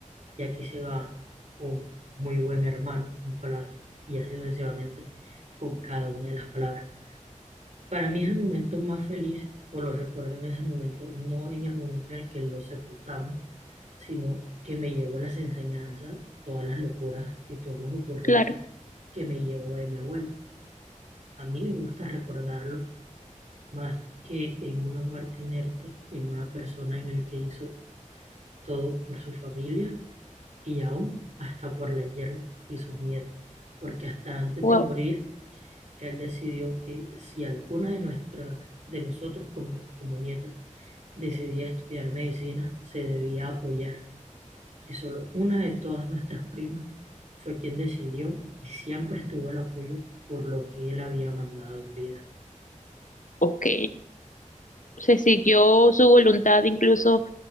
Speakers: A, on the right; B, on the left.
A: y aquí se va un muy buen hermano, un palazo y así sucesivamente con cada una de las palabras. Para mí es el momento más feliz, o lo recuerdo en ese momento, no en el momento en el que lo sepultamos, sino que me llevo las enseñanzas, todas las locuras y todas las ocurrencias
B: claro.
A: que me llevó de mi abuelo. A mí me gusta recordarlo más que en una muerte inerte, en una persona en el que hizo todo por su familia y aún hasta por las yernas y sus nietos, porque hasta antes
B: Wow,
A: de morir, él decidió que si alguna de nuestras, de nosotros como, como nietas, decidía estudiar medicina, se debía apoyar, que solo una de todas nuestras primas fue quien decidió y siempre estuvo el apoyo por lo que él había mandado en vida.
B: ok. Se siguió su voluntad incluso